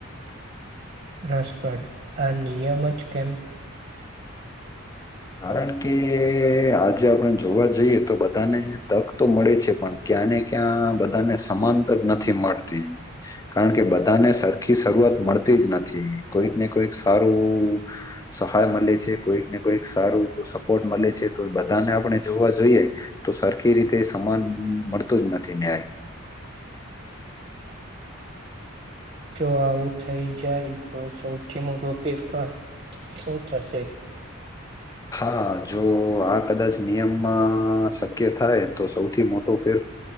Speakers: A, on the right; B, on the left.
A: રસપ્રદ આ નિયમ જ કેમ
B: કારણ કે આજે આપણે જોવા જઈએ તો બધાને તક તો મળે છે પણ ક્યાં ને ક્યાં બધાને સમાનત જ નથી મળતી કારણ કે બધાને સરખી શરૂઆત મળતી જ નથી કોઈક ને કોઈક સારું સહાય મળે છે કોઈક ને કોઈક સારું સપોર્ટ મળે છે તો એ બધાને આપણે જોવા જોઈએ તો સરખી રીતે સમાન મળતું જ નથી નેય
A: <inaudible> જો આવું થઈ જાય તો સૌથી મોટો ફેરફાર શું થશે
B: હા જો આ કદાચ નિયમમાં શક્ય થાય તો સૌથી મોટો ફેર